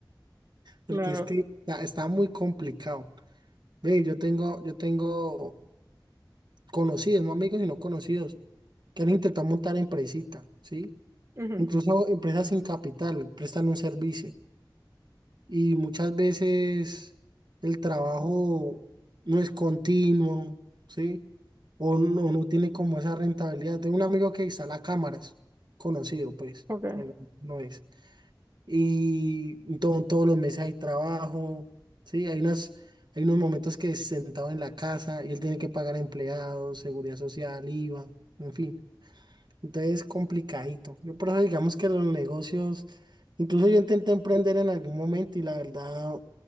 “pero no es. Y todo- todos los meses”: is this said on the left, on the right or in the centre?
Right